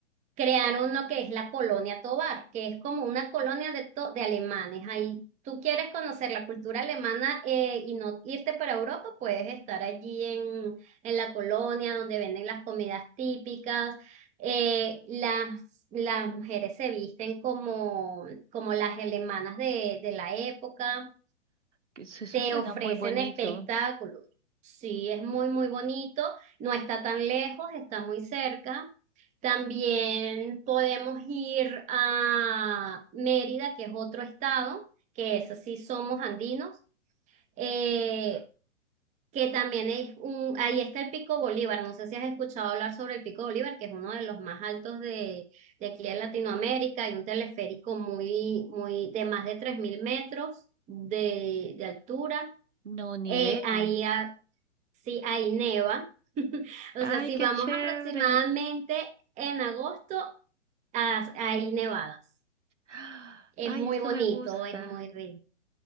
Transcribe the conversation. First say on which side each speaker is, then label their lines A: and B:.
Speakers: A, on the right; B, on the right.
A: crearon lo que es la Colonia Tovar, que es como una colonia de, to- de alemanes. Ahí tú quieres conocer la cultura alemana eh, y no irte para Europa, puedes estar allí en, en la colonia donde venden las comidas típicas. Eh, las, las mujeres se visten como, como las alemanas de, de la época
B: que eso eso
A: te
B: suena
A: ofrecen
B: muy bonito.
A: espectáculos. Sí, es muy, muy bonito, no está tan lejos, está muy cerca. También podemos ir a Mérida, que es otro estado, que es así, somos andinos, eh, que también es un, ahí está el Pico Bolívar, no sé si has escuchado hablar sobre el Pico Bolívar, que es uno de los más altos de, de aquí de Latinoamérica, hay un teleférico muy, muy, de más de 3.000 metros de, de altura.
B: No, ni
A: Eh,
B: idea.
A: ahí, ha- sí, ahí neva. <laughs> O
B: Ay,
A: sea, si
B: qué
A: vamos
B: chévere.
A: aproximadamente en agosto, ah, hay nevadas.
B: <gasps>
A: Es
B: Ay,
A: muy
B: eso
A: bonito,
B: me gusta.
A: es muy rico.